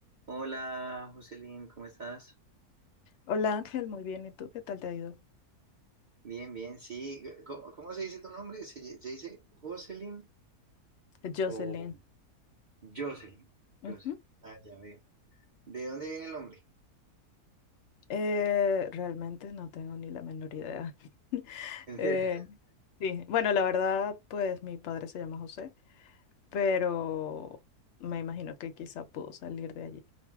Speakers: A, on the right; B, on the left.
A: Hola, Jocelyn, ¿cómo estás?
B: Hola Ángel, muy bien. ¿Y tú qué tal te ha ido?
A: Bien, bien, sí. ¿Cómo, cómo se dice tu nombre? ¿Se, se dice Jocelyn?
B: Jocelyn.
A: O Jocelyn,
B: Ujú.
A: Jocelyn. Ah, ya veo. ¿De dónde viene el nombre?
B: Eh, realmente no tengo ni la menor idea. <laughs>
A: ¿En
B: Eh,
A: serio?
B: sí, bueno, la verdad, pues mi padre se llama José, pero me imagino que quizá pudo salir de allí.